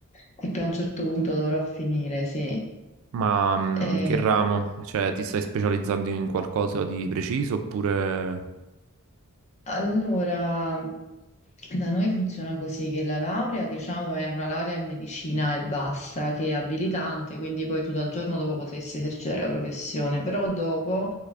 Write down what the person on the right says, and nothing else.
Ma mm,
che ramo? Cioè, ti stai specializzando in qualcosa di preciso oppure...